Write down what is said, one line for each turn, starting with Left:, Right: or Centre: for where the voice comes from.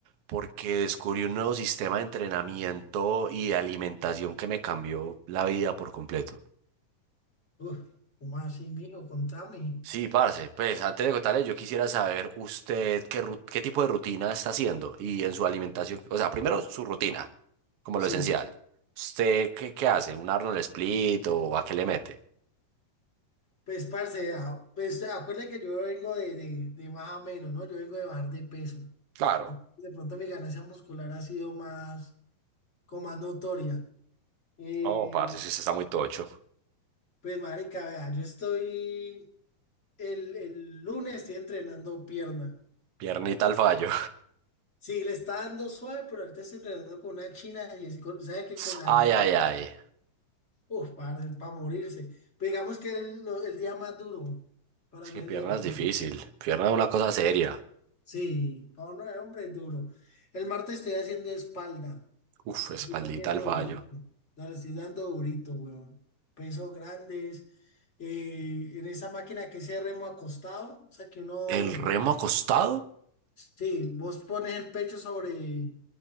Right: Porque descubrí un nuevo sistema de entrenamiento y de alimentación que me cambió la vida por completo.
Left: Uf, ¿cómo así, mi hijo? Contame.
Right: Sí, parce, pues antes de contarle, yo quisiera saber usted qué, ru- qué tipo de rutina está haciendo y en su alimentación, o sea, primero su rutina, como lo esencial.
Left: Sí,
Right: ¿Usted qué, qué hace? ¿Un Arnold Split o a qué le mete?
Left: pues, parce, ah, pues acuérdate que yo vengo de, de, de más a menos, ¿no? Yo vengo de bajar de peso.
Right: Claro.
Left: De pronto mi ganancia muscular ha sido más, como más notoria. Eh,
Right: Oh, parce, si usted está muy tocho.
Left: pues, marica, vea, yo estoy. El, el lunes estoy entrenando pierna.
Right: Piernita al fallo.
Left: Sí, le está dando suave, pero ahorita estoy entrenando con una china y es- con- sabe que
Right: <laughs>
Left: con la
Right: Ay,
Left: hembra,
Right: ay, ay.
Left: uff, para, para morirse. Pero digamos que el, lo- el día más duro, para
Right: Es que
Left: mí
Right: pierna
Left: el día más
Right: es
Left: duro.
Right: difícil. Pierna es una cosa seria.
Left: Sí, para uno de hombre es duro. El martes estoy haciendo espalda.
Right: Uf,
Left: Estoy
Right: espaldita
Left: metiendo
Right: al
Left: durito.
Right: fallo.
Left: No, le estoy dando durito, weón. Pesos grandes. eh, en esa máquina que se remo acostado. O sea que uno.
Right: ¿El remo acostado?
Left: Sí, vos pones el pecho sobre.